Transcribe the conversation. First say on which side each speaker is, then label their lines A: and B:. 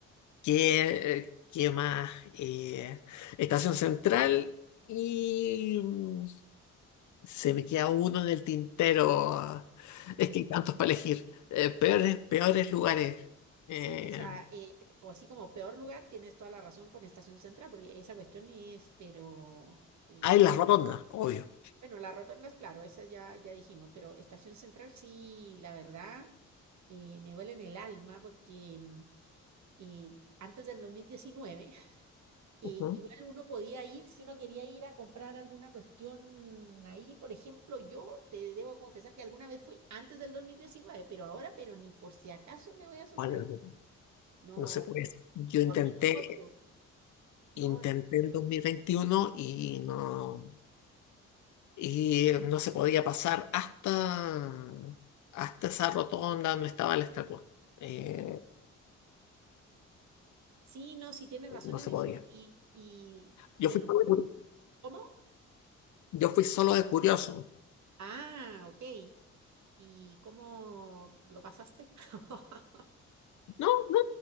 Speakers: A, on the left; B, on the right.
A: ¿qué, qué más? Eh, Estación Central y mm, se me queda uno en el tintero. Es que hay tantos para elegir. Eh, peores, peores lugares. Eh,
B: Sí, o sea, eh, co- así como peor lugar, tienes toda la razón con Estación Central, porque esa cuestión es, pero eh,
A: hay las rotondas, obvio.
B: bueno, la rotonda es claro, esa ya, ya dijimos, pero Estación Central sí, la verdad, eh, me duele en el alma porque mm, eh, antes del 2019, <laughs> eh,
A: Ujú.
B: igual uno podía ir, si uno quería ir a comprar alguna cuestión ahí, por ejemplo, yo te debo confesar que alguna vez fui antes del dos mil diecinueve pero ahora, pero ni por si acaso me voy a asomar
A: Bueno,
B: ahí. no
A: no se puede decir. Yo intenté
B: por ningún motivo, ¿no?
A: Intenté el 2021 y no, y no se podía pasar hasta, hasta esa rotonda donde estaba la estatua. Eh,
B: Sí, no, sí tiene razón
A: no
B: en
A: se
B: eso.
A: podía.
B: Y, y
A: Yo
B: bueno,
A: fui solo de, curi-
B: ¿cómo?
A: yo fui solo de curioso.
B: Ah, ok. ¿Y cómo lo pasaste? <laughs>
A: No, no,